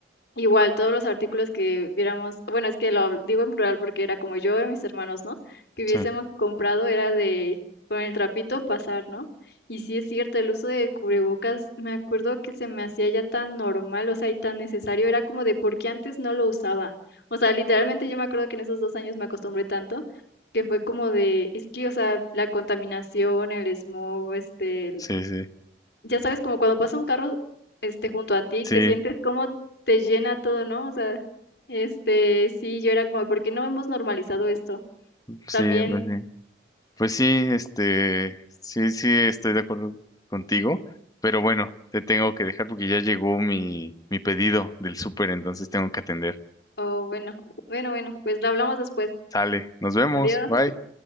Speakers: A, on the left; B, on the left.
A: Igual, todos los artículos que viéramos, bueno, es que lo habl- digo en plural porque era como yo y mis hermanos, ¿no? Que hubiésemos
B: sí,
A: comprado era de con el trapito pasar, ¿no? Y sí es cierto, el uso de cubrebocas, me acuerdo que se me hacía ya tan normal, o sea, y tan necesario, era como de por qué antes no lo usaba. O sea, literalmente yo me acuerdo que en esos dos años me acostumbré tanto que fue como de, es que, o sea, la contaminación, el smog, este,
B: sí, sí.
A: ya sabes, como cuando pasa un carro este, junto a ti,
B: Sí,
A: que sientes cómo te llena todo, ¿no? O sea, este, sí, yo era como, ¿por qué no hemos normalizado esto?
B: sí,
A: También,
B: pues, sí. Pues sí, este, sí, sí, estoy de acuerdo contigo, pero bueno, te tengo que dejar porque ya llegó mi, mi pedido del súper, entonces tengo que atender.
A: oh, bueno, bueno, bueno, pues lo hablamos después.
B: Sale, nos vemos,
A: Adiós.
B: bye.